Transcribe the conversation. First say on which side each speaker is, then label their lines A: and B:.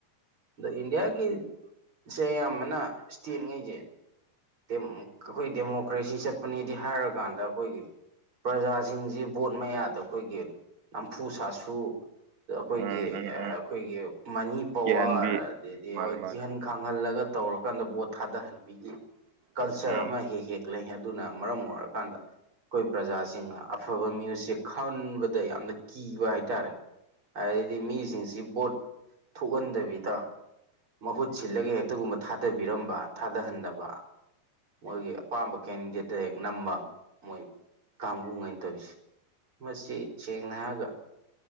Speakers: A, on the right; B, on the right.
A: ꯑꯗꯣ ꯏꯟꯗꯤꯌꯥꯒꯤꯁꯦ ꯑꯌꯥꯝꯕꯅ ꯏꯁꯇꯦꯠꯉꯩꯁꯦ ꯑꯩꯈꯣꯏ ꯗꯦꯃꯣꯀ꯭ꯔꯦꯁꯤ ꯆꯠꯄꯅꯦꯗꯤ ꯍꯥꯏꯔꯀꯥꯟꯗ ꯑꯩꯈꯣꯏꯒꯤ ꯄ꯭ꯔꯖꯥꯁꯤꯡꯁꯤ ꯕꯣꯠ ꯃꯌꯥꯗ ꯑꯩꯈꯣꯏꯒꯤ ꯅꯝꯐꯨ ꯁꯥꯁꯨ ꯑꯩꯈꯣꯏꯒꯤ
B: ꯎꯝ ꯎꯝ ꯎꯝ
A: ꯑꯩꯈꯣꯏꯒꯤ ꯃꯅꯤ ꯄꯋꯥꯔ
B: ꯀꯤꯍꯟꯕꯤ
A: ꯑꯗꯩꯗꯤ
B: ꯃꯥꯅꯦ
A: ꯍꯣꯏ
B: ꯃꯥꯅꯦ
A: ꯀꯤꯍꯟ ꯈꯪꯍꯜꯂꯒ ꯇꯧꯔꯀꯥꯟꯗ ꯕꯣꯠ ꯊꯥꯗꯍꯟꯕꯤꯒꯤ ꯀꯜꯆꯔ
B: ꯎꯝ
A: ꯑꯃ ꯍꯦꯛ ꯍꯦꯛ ꯂꯩ ꯑꯗꯨꯅ ꯃꯔꯝ ꯑꯣꯏꯔꯀꯥꯟꯗ ꯑꯩꯈꯣꯏ ꯄ꯭ꯔꯖꯥꯁꯤꯡꯅ ꯑꯐꯕ ꯁꯦ ꯈꯟꯕꯗ ꯌꯥꯝꯅ ꯀꯤꯕ ꯍꯥꯏꯇꯥꯔꯦ ꯑꯗꯩꯩꯗꯤ ꯃꯤꯁꯤꯡꯁꯤ ꯕꯣꯠ ꯊꯣꯛꯍꯟꯗꯕꯤꯗ ꯃꯍꯨꯠ ꯁꯤꯜꯂꯒ ꯍꯦꯛꯇꯒꯨꯝꯕ ꯊꯥꯗꯕꯤꯔꯝꯕ ꯊꯥꯗꯍꯟꯗꯕ ꯃꯣꯏꯒꯤ ꯑꯄꯥꯝꯕ ꯀꯦꯟꯗꯤꯗꯦꯠꯇ ꯍꯦꯛ ꯅꯝꯕ ꯃꯣꯏ ꯀꯥꯡꯕꯨꯨ ꯉꯩꯅ ꯇꯧꯔꯤꯁꯦ ꯃꯁꯤ ꯁꯦꯡꯅ ꯍꯥꯏꯔꯒ